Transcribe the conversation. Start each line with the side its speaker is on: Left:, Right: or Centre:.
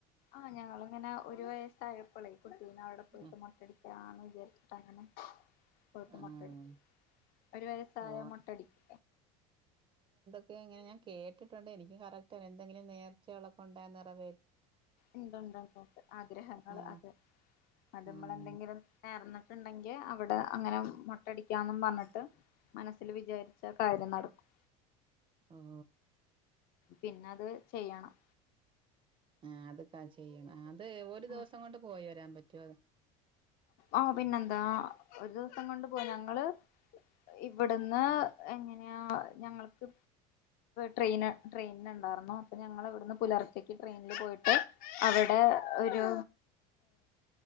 Left: ആഹ് ഞങ്ങളിങ്ങനെ ഒരു വയസ്സായപ്പളേ ട്ടീനവിടെ പോയിട്ട്
Right: ആഹ്
Left: മോട്ടടി ആ വിജാരിച്ചിട്ടങ്ങനെ പോയിട്ട്
Right: ആഹ്
Left: മൊട്ടടിച്ച് ഒരു വയസായ
Right: ഓ
Left: മൊ ട്ടടിക്ക
Right: ക്കെ എങ്ങനെ ഞാൻ കേട്ടിട്ടുണ്ട് എനിക്ക് കറക്റ്റ് അറ എന്തെങ്കിലും നേർച്ചയുള്ളപ്പോ ഉണ്ടായാനെർവർ
Left: ഉണ്ട് ഉണ്ട് ണ്ട്ണ്ട് ആഗ്രഹങ്ങൾ
Right: ആഹ്
Left: അത് അതമ്മളെന്തെങ്കിലും
Right: ഉം
Left: ണ്ടെങ്കി അവിടെ അങ്ങനെ മുട്ടടിക്കാന്നും പറഞ്ഞിട്ട് മനസ്സിൽ വിചാരിച്ച കാര്യം നടക്കും
Right: ഓ
Left: പിന്നെ അത് ചെയ്യണം
Right: ആ അത്ക്ക ചെയ്യണം ആ <unintelligible> ഒരു
Left: ഉം
Right: ദിവസം കൊണ്ട് പോയോ രാൻ പറ്റുവോ
Left: ആ പിന്നെന്താ ഒരു ദിവസം കൊണ്ട് പോയി ഞങ്ങള് ഇവിടുന്ന് എങ്ങനെയാ ഞങ്ങൾക്ക് ട്രെയിന് ട്രെയിനിണ്ടാരുന്നു അപ്പോ ഞങ്ങൾ ഇവിടുന്ന് പുലർച്ചക്ക് ട്രെയിനിൽ പോയിട്ട് അവിടെ ഒരു